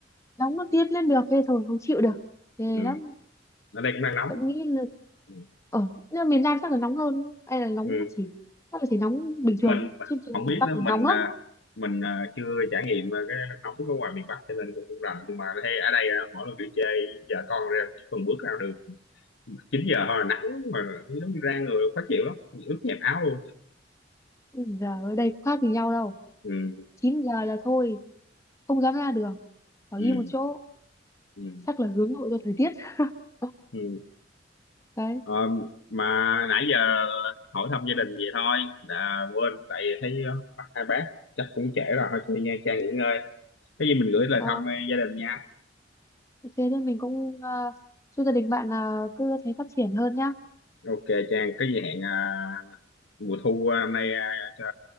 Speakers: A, on the left; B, on the left.
A: nóng nó điên lên được thế thôi không chịu được ghê
B: ừ.
A: lắm
B: ở đây cũng đang nóng
A: vẫn nghĩ là
B: ừ.
A: ở nhưng mà miền Nam chắc là nóng hơn đúng không? hay là nóng
B: ừ.
A: chỉ chắc là chỉ nóng bình
B: mình
A: thường thôi
B: mình
A: chứ tôi
B: không
A: thấy miền
B: biết
A: Bắc
B: nữa
A: là
B: mình
A: nóng lắm
B: à, mình à, chưa trải nghiệm à, cái nóng ở ngoài miền Bắc cho nên cũng không rành nhưng mà thấy ở đây à, mỗi lần đi chơi vợ con ra chỉ cần bước ra đường 9 giờ thôi là nắng mà giống như ra người khó chịu lắm ướt nhẹp áo luôn
A: Ui giờ ở đây cũng khác gì nhau đâu
B: ừ,
A: 9 giờ là thôi không dám ra đường ở
B: ừ,
A: im một chỗ
B: ừ,
A: chắc là hướng nội do thời tiết <laughs>
B: ừ.
A: đấy
B: Ờ, mà nãy giờ hỏi thăm gia đình vậy thôi đã quên tại vì thấy ờ, bác- hai bác chắc cũng trễ rồi thôi chơi nha Trang nghỉ ngơi cái gì mình gửi lời
A: ờ,
B: thăm ờ, gia đình nha
A: ok, thế nên mình cũng uh, chúc gia đình bạn là cứ thế phát triển hơn nhá
B: ok Trang cái gì hẹn ờ, mùa thu ờ, năm nay ờ, cho